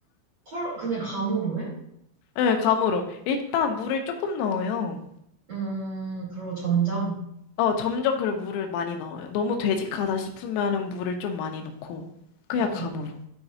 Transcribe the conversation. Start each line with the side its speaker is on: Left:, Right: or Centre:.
Right: 헐, 그냥 감으로 해?
Left: 네, 감으로. 일단 물을 조금 넣어요.
Right: 음, 그리고 점점?
Left: 어, 점점 그래 물을 많이 넣어요. 너무 되직하다 싶으면은 물을 좀 많이 넣고 그냥
Right: 어, 어.
Left: 감으로.